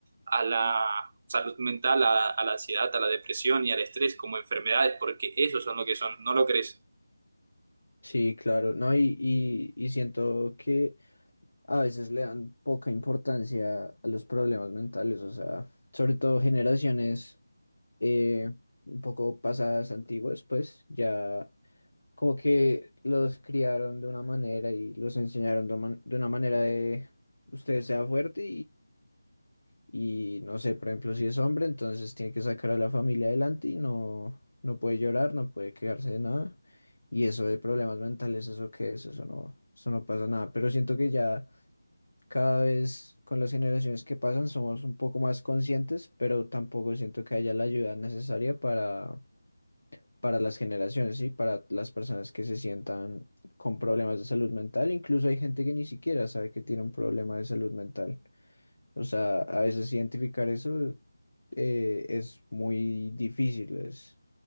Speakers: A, on the right; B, on the left.
A: a la salud mental, a, a la ansiedad, a la depresión y al estrés como enfermedades, porque esos son lo que son, ¿no lo crees?
B: Sí, claro, no, y, y, y siento que a veces le dan poca importancia a los problemas mentales, o sea, sobre todo generaciones eh, un poco pasadas, antiguas, pues ya como que los criaron de una manera y los enseñaron de, una man- de una manera de usted sea fuerte y no sé, por ejemplo, si es hombre, entonces tiene que sacar a la familia adelante y no, no puede llorar, no puede quejarse de nada. Y eso de problemas mentales, ¿eso qué es? Eso no, eso no pasa nada. Pero siento que ya cada vez con las generaciones que pasan somos un poco más conscientes, pero tampoco siento que haya la ayuda necesaria para, para las generaciones, y Para las personas que se sientan con problemas de salud mental. Incluso hay gente que ni siquiera sabe que tiene un problema de salud mental. O sea, a veces identificar eso eh, es muy difícil, es